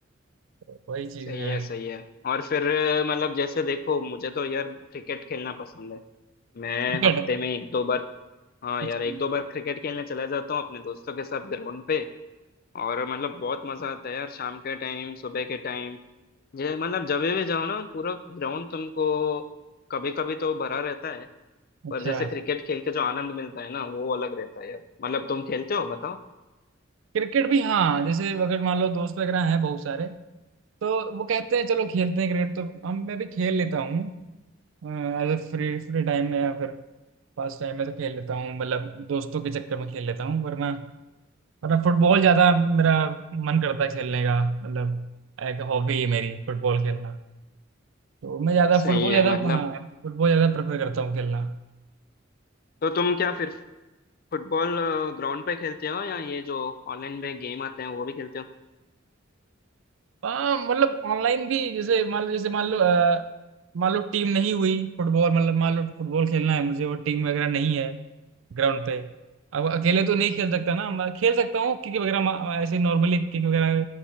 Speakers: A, on the right (about 75°); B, on the left (about 45°).
A: तो वही चीज
B: सही
A: है
B: है सही है और फिर मतलब जैसे देखो मुझे तो यार क्रिकेट खेलना पसंद है मैं
A: क्रिकेट
B: हफ्ते में एक दो बार हाँ
A: अच्छा
B: यार एक दो बार क्रिकेट खेलने चला जाता हूँ अपने दोस्तों के साथ ग्राउंड पे और मतलब बहुत मजा आता है यार शाम के टाइम सुबह के टाइम जे मतलब जब भी जाओ ना पूरा ग्राउंड तुमको कभी कभी तो भरा रहता है
A: अच्छा।
B: पर जैसे क्रिकेट खेल के जो आनंद मिलता है ना वो अलग रहता है यार मतलब तुम खेलते हो बताओ
A: क्रिकेट भी हाँ जैसे अगर मान लो दोस्त वगैरह हैं बहुत सारे तो वो कहते हैं चलो खेलते हैं क्रिकेट तो हम मैं भी खेल लेता हूँ एज फ्री फ्री टाइम में या फिर पास टाइम में तो खेल लेता हूँ मतलब दोस्तों के चक्कर में खेल लेता हूँ वरना वरना फुटबॉल ज्यादा मेरा मन करता है खेलने का मतलब एक हॉबी है मेरी फुटबॉल खेलना तो मैं ज्यादा
B: सही
A: फुटबॉल
B: है
A: ज्यादा
B: मतलब
A: हाँ फुटबॉल ज्यादा प्रेफर करता हूँ खेलना
B: तो तुम क्या फिर फुटबॉल ग्राउंड पे खेलते हो या ये जो ऑनलाइन में गेम आते हैं वो भी खेलते हो
A: हाँ मतलब ऑनलाइन भी जैसे मान लो जैसे मान लो अ, मान लो टीम नहीं हुई फुटबॉल मतलब मान लो फुटबॉल खेलना है मुझे और टीम वगैरह नहीं है ग्राउंड पे अब अकेले तो नहीं खेल सकता ना मैं खेल सकता हूँ किक वगैरह मा- ऐसे नॉर्मली किक वगैरह